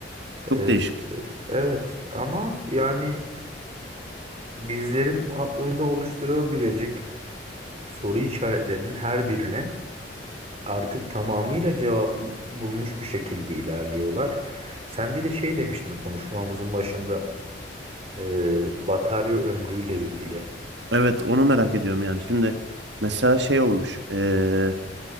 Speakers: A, on the right (about 75°); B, on the right (about 35°).
A: Çok
B: Ee,
A: değişik.
B: evet ama yani bizlerin aklında oluşturabilecek soru işaretlerinin her birine artık tamamıyla cevap bulmuş bir şekilde ilerliyorlar. Sen bir de şey demiştin konuşmamızın başında. Ee, batarya ömrüyle ilgili.
A: Evet onu merak ediyorum yani. Şimdi mesela şey olmuş. eee,